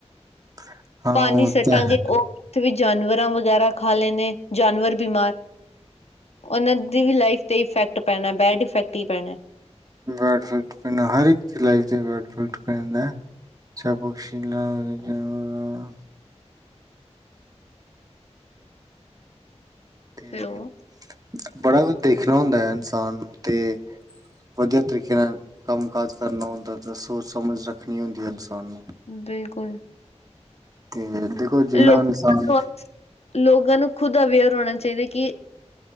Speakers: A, on the right; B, on the left.
A: <inaudible> <unintelligible>
B: ਪਾਣੀ
A: ਉਹ
B: ਸੱਟਾਂਗੇ
A: ਤਾਂ ਹੈ
B: ਉਹ ਉੱਥੇ ਵੀ ਜਾਨਵਰਾਂ ਵਗੈਰਾ ਖਾ ਲੈਣੇ ਜਾਨਵਰ ਬਿਮਾਰ ਉਹਨਾਂ ਦੀ ਵੀ ਲਾਈਫ ਤੇ ਇਫੈਕਟ ਪੈਣਾ ਬੈਡ ਇਫੈਕਟ ਹੀ ਪੈਣੈ
A: ਬੈਡ ਸੂਟ ਪੈਂਦਾ ਹਰ ਇੱਕ ਚਲਾਾਈਫ ' ਬੈਡ ਸੂਟ ਪੈਂਦਾ ਸ ਬਕਸੀ ਲ ਜ ਤੇ
B: ਹੈਲੋ
A: ਬੜਾ ਕੁਛ ਦੇਖਣਾ ਹੁੰਦਾ ਹੈ ਇਨਸਾਨ ਨੂੰ ਤੇ ਵਧੀਆ ਤਰੀਕੇ ਨਾਲ ਕੰਮ ਕਾਜ ਕਰਨਾ ਹੁੰਦਾ ਤਾਂ ਸੋਚ ਸਮਝ ਰੱਖਣੀ ਹੁੰਦੀ ਹੈ ਇਨਸਾਨ ਨੂੰ
B: ਬਿਲਕੁਲ
A: ਤੇ ਦੇਖੋ ਜਿੰਨਾ
B: ਲੋਕ
A: ਇਨਸਾਨ
B: ਲੋ ਲੋਕਾਂ ਨੂੰ ਖੁਦ ਅਵੇਅਰ ਹੋਣਾ ਚਾਹੀਦਾ ਕਿ